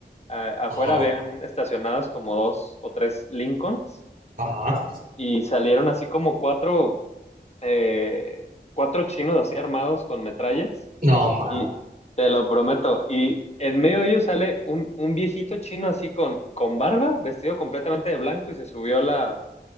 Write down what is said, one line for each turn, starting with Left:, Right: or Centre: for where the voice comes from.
Left: a- afuera
Right: no,
Left: habían
Right: ma-
Left: estacionadas como dos o tres Lincolns
Right: ajá,
Left: y salieron así como cuatro, eh, cuatro chinos así armados con metrallas
Right: no, ma,
Left: y te lo prometo. Y en medio de ellos sale un, un viejito chino así con, con barba, vestido completamente de blanco y se subió a la,